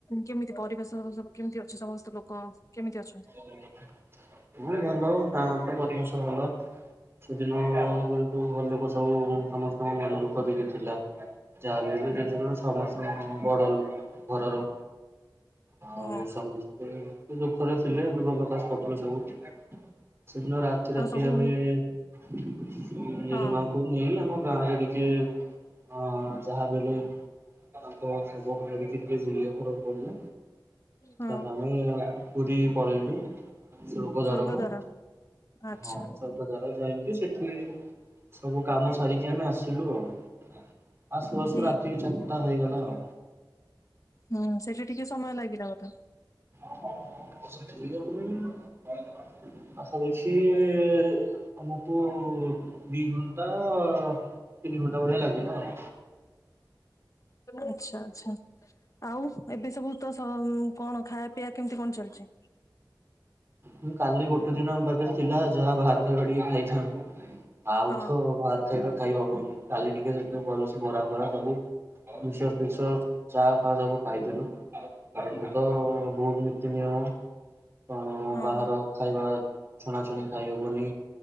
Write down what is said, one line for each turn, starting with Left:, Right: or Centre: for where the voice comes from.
Left: କେମିତି ପରିବେଶ ସବୁ କେମିତି ଅଛି ସମସ୍ତ ଲୋକ। କେମିତି ଅଛନ୍ତି?
Right: ହ ହଁ ଭଲ ଗାଁ ତ ପରିବେଶ ଭଲ ସେଦିନ କିନ୍ତୁ ଘର ଲୋକ ସବୁ ସବୁ ସମସ୍ତଙ୍କ ମନ ଦୁଃଖ ଟିକେ ଥିଲା ଯାହା ବି ହେଲେ ଜେଜେମା ସ ସମସ୍ତ ବଡଲୋକ ଘରର ଆଉ
Left: ହଁ
Right: ସମସ୍ତ ଦୁଃଖରେ ଥିଲେ ଦୁଃଖ ପ୍ରକାଶ କରୁଥିଲେ ସବୁ। ସେଦିନ ରାତି ରାତି
Left: ଆଉ ସବୁ
Right: ଆମେ ଜେଜେମାକୁ
Left: ହଁ
Right: ତାକୁ ନେଇ ଆମ ଗାଁରେ ଟିକେ ଅ ଯାହାବିହେଲେ ତାଙ୍କୁ ଖାଇବାକୁ ଦେଇ ଦେଇଥିଲି ଯେ ବୁଲିବାକୁ ହବ ନାଁ।
Left: ହଁ
Right: ତାପରେ ଆମେ ପୁରୀ ପଳେଇଲୁ ସ୍ବର୍ଗ
Left: ସ୍ଵର୍ଗ
Right: ଦାରକୁ।
Left: ଦ୍ୱାର ଆଚ୍ଛା
Right: ହଁ ସ୍ବର୍ଗ ଦ୍ଵାର ଯାଇଁକି ସେଠି ସବୁ କାମ ସାରିକି ଆମେ ଆସିଲୁ ଆଉ ଆଶୁ ଆଶୁ
Left: ଠିକ
Right: ରାତି ଚାରିଟା ହେଇଗଲା ଆଉ।
Left: ହୁଁ ସେଠି ଟିକେ ସମୟ ଲାଗିଲା ବୋଧେ?
Right: <unintelligible> ଆସା ରହିଛି ତମକୁୁ ଦି ଘଣ୍ଟା ତିନି ଘଣ୍ଟା ଭଳିଆ ଲାଗିଲା ଆଉ।
Left: ଆଛା ଆଛା ଆଉ ଏବେ ସବୁତ ସ କଣ ଖାଇବା ପିଇବା କେମିତି କଣ ଚାଲିଛି?
Right: ମୁଁ କାଲି ଗୋଟେ ଦିନ ଆମ ପାଖରେ ଥିଲା ଯାହା ବାହାର ଖାଇବା ଟିକେ ଖାଇଥାନ୍ତୁ ଆଉଥ
Left: ହଁ
Right: ବାହାର ଖାଇବା ଖାଇ ହବୁନି କାଲି ଟିକେ ସେଥିଜୋଗୁ ଭଲସେ ବରା ବରା ସବୁ ମିଚକର୍ ଫିକର୍ ଚା ଫା ସବୁ ଖାଇଦଥିଲୁ। ଆଉ ଏବେ ତ ବୋହୁତ ନୀତି ନିୟମ କଣ
Left: ହଁ
Right: ବାହାର
Left: ହଁ
Right: ଖାଇବା ଛଣାଛଣି ଖାଇହବନି